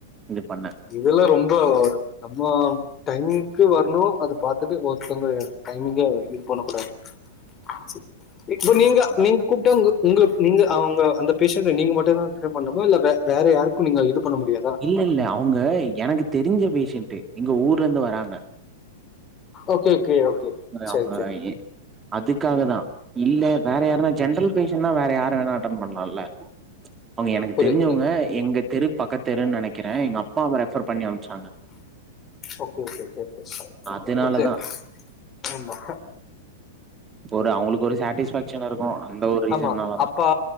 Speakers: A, on the right; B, on the left.
A: இது பண்ணே
B: இதெல்லா ரொம்ப ஓவரு நம்ம டைமிங்க்கு வர்ணு அது பாத்துட்டு ஒர்த்தங்க டைமிங்க இது பண்ண கூடாது சே இப்ப நீங்க
A: ஓகேவா
B: நீங்க கூப்ட்டா உங்க உங்க நீங்க அவுங்க அந்த பேஷண்ட நீங்க மட்டுந் தா அட்டன் பண்ணுமா இல்ல வே வேற யாருக்கு நீங்க இது பண்ண முடியாதா
A: இல்ல இல்ல அவுங்க எனக்கு தெரிஞ்ச பேஷண்ட்டு எங்க ஊர்லர்ந்து வராங்க
B: ஓகே ஓகே ஓகே
A: இந் மாரி
B: சரி
A: அவங்க
B: சரி
A: எ அதுக்காக தா இல்ல வேற யாருனா ஜென்ரல் பேஷண்னா வேற யாரு வேணா அட்டன் பண்லால்ல அவுங்க எனக்கு
B: புரியுது
A: தெரிஞ்சவ்ங்க
B: புரியுது
A: எங்க தெருக் பக்கத்து தெருன் நெனைக்கறே எங்க அப்பாவ ரெஃபர் பண்ணி அம்ச்சாங்க
B: ஓகே ஓகே ஓகே ஓகே
A: அதனாலதா
B: அப்ப சேரி ஆமா
A: இப்ப ஒரு அவுங்களுக்கு ஒரு சேட்டிஸ்ஃபேக்ஷன் இருக்கு அந்த ஒரு ரீசன்னாலதா
B: ஆமா அப்பா